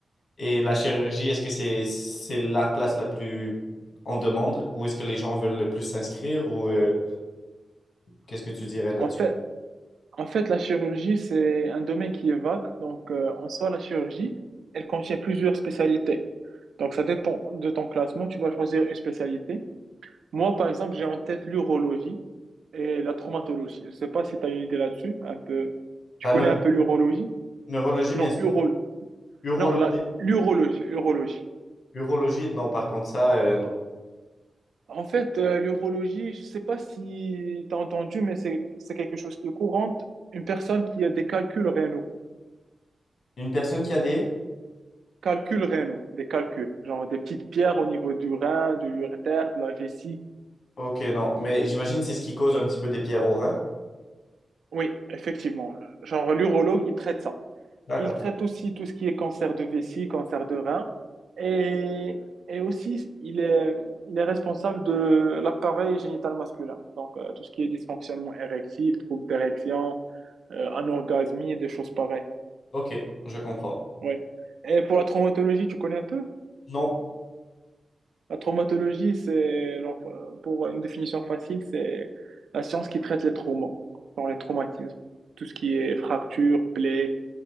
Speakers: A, on the left; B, on the right.
A: Et la chirurgie, est-ce que c'est c'est la place la plus en demande ou est-ce que les gens veulent le plus s'inscrire ou euh, qu'est-ce que tu dirais là-dessus?
B: En fait, en fait, la chirurgie, c'est un domaine qui est vague. Donc, euh, en soi, la chirurgie, elle contient plusieurs spécialités. Donc, ça dépend de ton classement. Tu vas choisir une spécialité. Moi, par exemple, j'ai en tête l'urologie et la traumatologie. Je ne sais pas si tu as une idée là-dessus. Un peu... Tu
A: La
B: connais
A: neuro-
B: un peu l'urologie?
A: neurologie,
B: Non,
A: bien sûr.
B: uro...
A: Urologie,
B: non, la... l'urologie, urologie.
A: urologie, non, par contre, ça, euh, non.
B: En fait, euh, l'urologie, je ne sais pas si tu as entendu, mais c'est c'est quelque chose qui est courant. Une personne qui a des calculs rénaux.
A: Une personne qui a des...
B: Calculs rénaux, des calculs, genre des petites pierres au niveau du rein, de l'urétère, de la vessie.
A: Ok, non, mais j'imagine c'est ce qui cause un petit peu des pierres au rein.
B: Oui, effectivement. Genre l'urologue, il traite ça.
A: D'accord.
B: Il traite aussi tout ce qui est cancer de vessie, cancer de rein. Et, et aussi, il est, il est responsable de l'appareil génital masculin. Donc, euh, tout ce qui est dysfonctionnement érectile, troubles d'érection, euh, anorgasmie, des choses pareilles.
A: Ok, je comprends.
B: Ouais. Et pour la traumatologie, tu connais un peu?
A: Non.
B: La traumatologie, c'est, genre, euh, pour une définition facile, c'est la science qui traite les traumas, genre les traumatismes, tout ce qui est fractures, plaies,